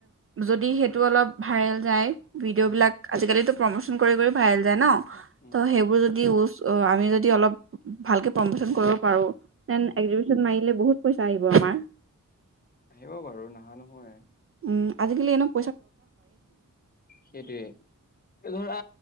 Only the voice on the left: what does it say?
উম
উম
উম
আহিব বাৰু নহা নহয়
সেইটোৱেই ধৰা